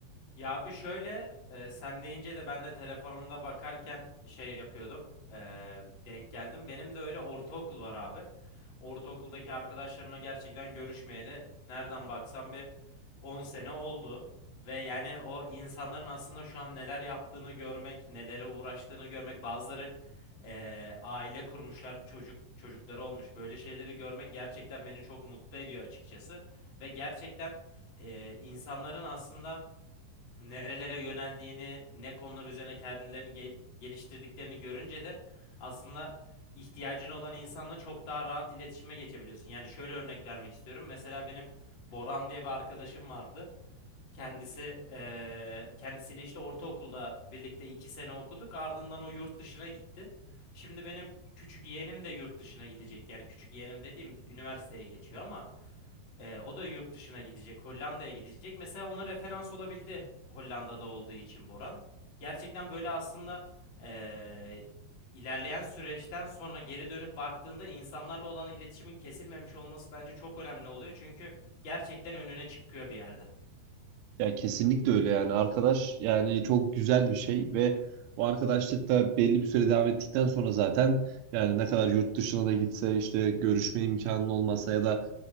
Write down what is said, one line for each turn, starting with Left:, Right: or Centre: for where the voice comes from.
Left: Ya bir şöyle e, sen deyince de ben de telefonumda bakarken şey yapıyordum. E, denk geldim. Benim de öyle ortaokul var abi. Ortaokuldaki arkadaşlarımla gerçekten görüşmeyeli nereden baksam bir 10 sene oldu. Ve yani o insanların aslında şu an neler yaptığını görmek, nelere uğraştığını görmek, bazıları eee, aile kurmuşlar, çocuk çocukları olmuş. Böyle şeyleri görmek gerçekten beni çok mutlu ediyor açıkçası. Ve gerçekten eee, insanların aslında nerelere yöneldiğini, ne konular üzerine kendilerini gel- geliştirdiklerini görünce de aslında ihtiyacın olan insanla çok daha rahat iletişime geçebiliyorsun. Yani şöyle örnek vermek istiyorum. Mesela benim Boran diye bir arkadaşım vardı. Kendisi eee, kendisiyle işte ortaokulda birlikte iki sene okuduk. Ardından o yurt dışına gitti. Şimdi benim küçük yeğenim de yurt dışına gidecek. Yani küçük yeğenim dediğim üniversiteye geçiyor ama eee, o da yurt dışına gidecek. Hollanda'ya gidecek. Mesela ona referans olabildi Hollanda'da olduğu için Boran. Gerçekten böyle aslında eee, ilerleyen süreçten sonra geri dönüp baktığında insanlarla olan iletişimin kesilmemiş olması bence çok önemli oluyor. Çünkü gerçekten önüne çıkıyor bir yerde.
Right: Ya kesinlikle öyle yani arkadaş yani çok güzel bir şey ve bu arkadaşlık da belli bir süre devam ettikten sonra zaten yani ne kadar yurt dışına da gitse işte görüşme imkanın olmasa ya da